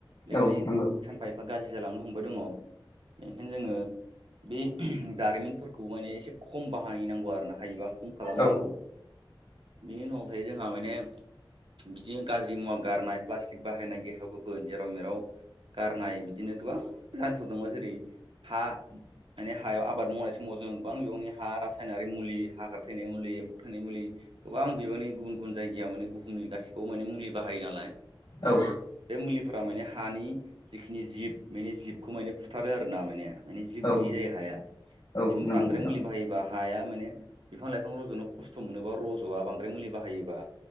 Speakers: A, on the right; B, on the left.
A: बे
B: औ
A: माने
B: नंगौ
A: सानफा एफा फा गाज्रि जालांनो हमबाय दङ। बेनिखायनो जोङो बे दारिमिनफोरखौ माने एसे खम बाहायनांगौ आरो ना हायोबा खम खालामनांगौ
B: औ
A: बिनि उनाव ओमफाय जोंहा माने बिदिनो गाज्रि मुवा गारनाय प्लास्टिक बाहायनाय गेसाव गोफोन जेराव मेराव गारनाय बिदिनो गोबां जाहोनफोर दङ जेरै हा माने हायाव आबाद मावनाय समाव जों गोबां बिबांनि हा रासायनारि मुलि हाग्रा थैनाय मुलि फौ थैनाय मुलि गोबां बिबांनि गुबुन गुबुन जायगायाव माने बुहुमनि गासिबावबो माने मुलि बाहायो नालाय
B: औ
A: बे मुलिफोरा माने हानि जिखिनि जिब बेनि जिबखौ माने फुथारो आरोना माने माने जिब
B: औ
A: गैयै जायो हाया
B: औ
A: बे
B: नंगौ
A: बांद्राय
B: नोंथां
A: मुलि बाहायोबा हाया माने बिफां लाइफां रज'नो खस्थ' मोनोबा रज'आ बांद्राय मुलि बाहायोबा